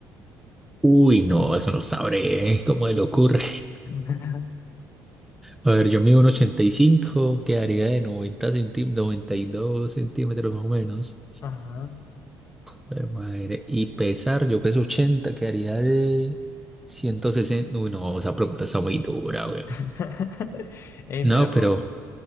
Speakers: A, in the centre; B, on the left.
A: Uy, no, eso no sabré, ¿eh? ¿Cómo se le ocurre?
B: <laughs>
A: A ver, yo mido un 85, quedaría de 90 centímetros, 92 centímetros más o menos.
B: Ajá.
A: Pero madre, y pesar, yo peso 80, quedaría de 160. Uy, no, esa pregunta está muy dura, weón.
B: <laughs> Ey,
A: No,
B: pero...
A: pero,